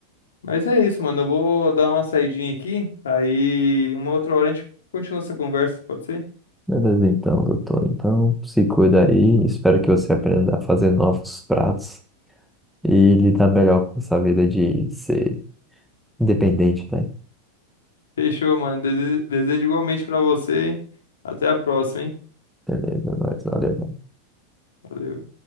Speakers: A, on the left; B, in the centre.
A: Mas é isso, mano. Eu vou dar uma saidinha aqui, aí uma outra hora a gente continua essa conversa, pode ser?
B: Beleza, então, doutor. Então, se cuida aí. Espero que você aprenda a fazer novos pratos e lidar melhor com essa vida de ser independente, né?
A: Fechou, mano. Dese- Desejo igualmente pra você. Até a próxima, hein?
B: Beleza, nós. Valeu.
A: Valeu.